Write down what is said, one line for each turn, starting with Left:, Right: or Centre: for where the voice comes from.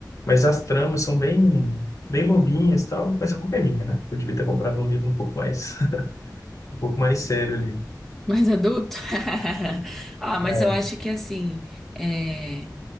Left: Mas as tramas são bem, bem bobinhas e tal, mas a culpa é minha, né? Eu devia ter comprado um livro um pouco mais, <laughs> um pouco mais sério ali.
Centre: Mais adulto? <laughs> Ah,
Left: É.
Centre: mas eu acho que assim, é.